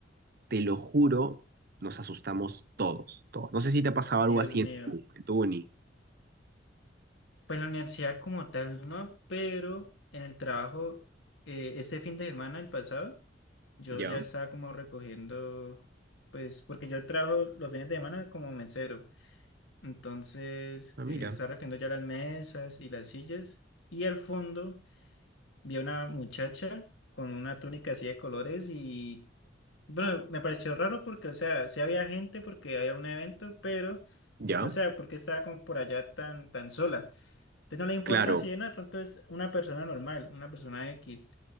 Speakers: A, on the right (about 55°); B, on the left (about 85°).
A: te lo juro, nos asustamos todos, todos. No sé si te ha pasado
B: Dios
A: algo así
B: mío.
A: en tu, en tu uni.
B: Pues en la universidad como tal no, pero en el trabajo, eh, este fin de semana, el pasado, yo
A: Ya,
B: ya estaba como recogiendo, pues porque yo trabajo los fines de semana como mesero, entonces
A: Ah,
B: eh,
A: mira.
B: estaba recogiendo ya las mesas y las sillas y al fondo vi a una muchacha con una túnica así de colores y bueno, me pareció raro porque, o sea, sí había gente porque había un evento, pero,
A: ya,
B: o sea, porque estaba como por allá tan, tan sola. Entonces no le da importancia,
A: claro.
B: yo no, de pronto es una persona normal, una persona X.